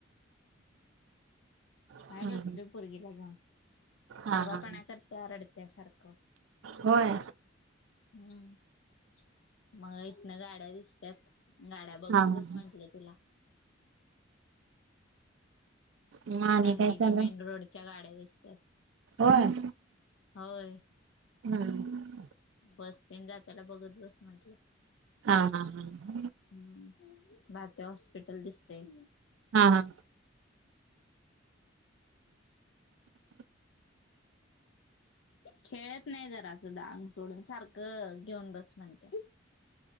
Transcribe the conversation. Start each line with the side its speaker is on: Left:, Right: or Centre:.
Right: हम्म
Left: हाय बसलोय
Right: हम्म.
Left: पोरगीला घेऊन
Right: हा
Left: आगाऊपणा
Right: हा
Left: करत्या रडत्या सारखं
Right: होय
Left: हम्म मग इथन गाड्या दिसत्यात गाड्या बघत
Right: हा हा.
Left: बस म्हंटल्या तिला
Right: मग आणि
Left: सांगलीच्या
Right: काय चालू
Left: मेन रोडच्या गाड्या दिसतात
Right: होय
Left: होय
Right: हम्म
Left: बस तेन जाताना बघत बस म्हंटलं
Right: हा हा हा
Left: हम्म, भारती हॉस्पिटल दिसतय.
Right: हा, हा. <inaudible>
Left: खेळत नाही जरा अस आंग सोडून, ‌सारखं घेऊन बस म्हणत्या.